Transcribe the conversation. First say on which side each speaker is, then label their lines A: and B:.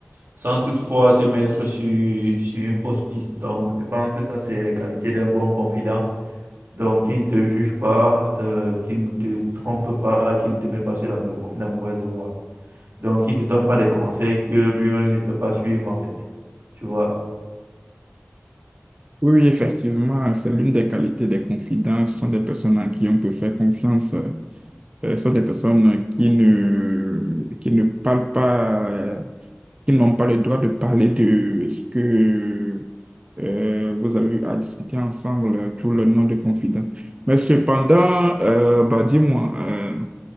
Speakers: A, on the right; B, on the right.
A: sans toutefois te mettre sur, sur une fausse piste. Donc, je pense que ça, c'est les qualités d'un bon confident. Donc, qui ne te juge pas, euh, qui ne te trompe pas, qui ne te met pas sur la, mau- la mauvaise voie. Donc, qui ne te donne pas des conseils que lui-même ne peut pas suivre, en fait. Tu vois?
B: Oui, oui, effectivement, c'est l'une des qualités des confidents. Ce sont des personnes à qui on peut faire confiance. Euh, euh, Ce sont des personnes qui ne, qui ne parlent pas, qui n'ont pas le droit de parler de ce que euh, vous avez eu à discuter ensemble pour le nom de confident. Mais cependant, euh, bah, dis-moi, euh,